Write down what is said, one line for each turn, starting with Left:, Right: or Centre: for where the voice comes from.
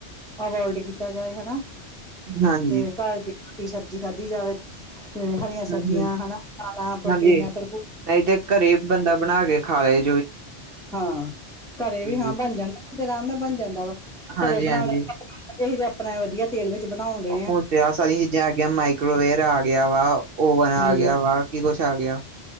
Centre: ਆਵੌਏਡ ਕੀਤਾ ਜਾਏ ਹਨ
Right: ਹਾਂਜੀ,
Centre: ਤੇ ਘਰ ਦੀ ਰੋਟੀ ਸਬਜ਼ੀ ਖਾਧੀ ਜਾਵੇ। ਤੇ ਹਰੀਆਂ
Right: ਹੂੰ,
Centre: ਸਬਜ਼ੀਆਂ
Right: ਹੂੰ,
Centre: ਹਨਾ ਦਾਲਾਂ ਪ੍ਰੋਟੀਨਾ
Right: ਹਾਂਜੀ,
Centre: ਭਰਪੂਰ
Right: ਨਹੀਂ ਤੇ ਘਰੇ ਬੰਦਾ ਬਣਾ ਕੇ ਖਾ ਲੈ।
Centre: ਹਾਂ -ਘਰੇ
Right: ਹਾਂਜੀ,
Centre: ਵੀ ਹਾਂ ਬਣ ਜਾਂਦਾ। ਤੇ ਆਰਾਮ ਨਾਲ ਬਣ ਜਾਂਦਾ ਵਾ
Right: ਹਾਂਜੀ-ਹਾਂਜੀ।
Centre: ਘਰੇ ਬਣਾਉਣਾ ਈ ਆਪਣਾ ਵਧੀਆ ਤੇਲ ਵਿੱਚ ਬਣਾਉਣ ਡਏ ਆਂ।
Right: ਹੁਣ ਤੇ ਆਹ ਸਾਰੀਆਂ ਚੀਜ਼ਾਂ ਆ ਗਈਆਂ, ਮਾਈਕ੍ਰੋਵੇਰ ਆ ਗਿਆ ਵਾ, ਓਵਨ ਆ
Centre: ਹਾਂਜੀ
Right: ਗਿਆ ਵਾ, ਕੀ ਕੁੱਛ ਆ ਗਿਆ।